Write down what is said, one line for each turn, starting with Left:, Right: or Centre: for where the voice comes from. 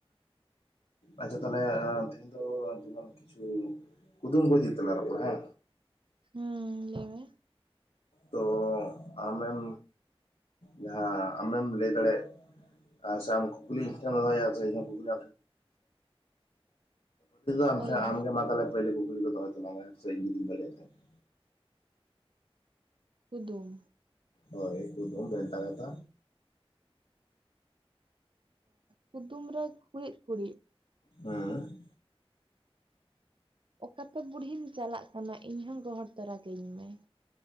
Left: ᱟᱪᱪᱷᱟ ᱛᱟᱦᱞᱮ ᱛᱮᱦᱮᱧ ᱫᱚ ᱡᱮᱢᱚᱱ ᱠᱤᱪᱷᱩ ᱠᱩᱫᱩᱢ ᱠᱚ ᱤᱫᱤ ᱠᱟᱛᱮ ᱞᱟᱜ ᱨᱚᱯᱚᱲ ᱟ ᱦᱮ
Right: ᱦᱩᱸ ᱞᱟᱭ ᱢᱮ
Left: ᱛᱚ ᱟᱢᱮᱢ ᱡᱟᱦᱟᱸ ᱟᱢᱮᱢ ᱞᱟᱹᱭ ᱫᱟᱲᱮᱭᱟᱜ ᱟᱥᱮ ᱟᱢ ᱠᱩᱠᱩᱞᱤᱧ ᱠᱚᱢ ᱫᱚᱦᱚᱭᱟ ᱯᱩᱭᱞᱩ ᱟᱢ
Right: ᱦᱳᱭ ᱦᱳᱭ
Left: ᱴᱮᱱ ᱤᱧ ᱯᱩᱭᱞᱩ ᱠᱩᱠᱞᱤ ᱫᱟᱦᱚᱭ ᱚᱛ ᱵᱟᱝ ᱮ ᱥᱮᱨᱮᱧ ᱡᱩᱤ ᱫᱟᱲᱮᱭᱟᱜ ᱛᱟᱦᱮᱸᱫ ᱠᱷᱚᱡ
Right: ᱠᱩᱫᱩᱢ
Left: ᱦᱳᱭ ᱠᱩᱫᱩᱢ ᱵᱷᱮᱱᱛᱟ ᱠᱟᱛᱷᱟ
Right: ᱠᱩᱫᱩᱢ ᱨᱮ ᱠᱩᱲᱤᱫ ᱠᱩᱲᱤᱫ
Left: ᱦᱮᱸ
Right: ᱚᱠᱟᱛᱮ ᱵᱩᱲᱦᱤᱧ ᱪᱟᱞᱟᱜ ᱠᱟᱱᱟ ᱤᱧ ᱦᱚᱸ ᱜᱚᱦᱚᱲ ᱛᱚᱨᱟ ᱠᱟᱧ ᱢᱮ